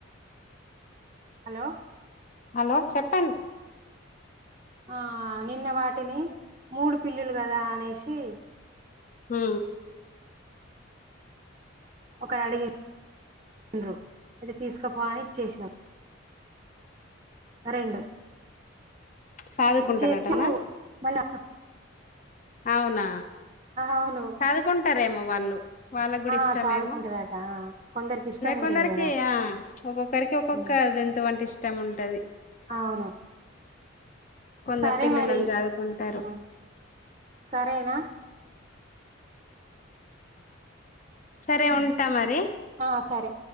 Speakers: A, on the right (about 25°); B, on the left (about 35°).
A: హలో
B: హలో చెప్పండి.
A: ఆ నిన్న వాటిని మూడు పిల్లులు కదా అనేసి
B: ఉ
A: ఒకరు అడిగిండ్రు అయితే తీసుకుపో అని ఇచ్చేసినాం. రెండు
B: సాదుకుంటారటనా
A: ఇచ్చేస్తూ మళ్ళ
B: అవునా
A: అవును
B: సాదుకుంటారేమో వాళ్ళు. వాళ్ళకు కూడా
A: ఆ
B: ఇస్టమ్
A: చదువుకుంటారట
B: ఏమో
A: ఆ కొందరికి ఇష్టం ఉంటది
B: కొందరికి
A: కదా
B: ఆ ఒక్కొక్కరికి ఒక్కొక్క
A: ఉమ్,
B: జంతువంటే ఇష్టం ఉంటది.
A: అవును.
B: కొందరు
A: సరే
B: పిల్లులను
A: మరి
B: చదువుకుంటారు
A: ఆ సరేనా.
B: సరే ఉంటా మరి.
A: ఆ సరే.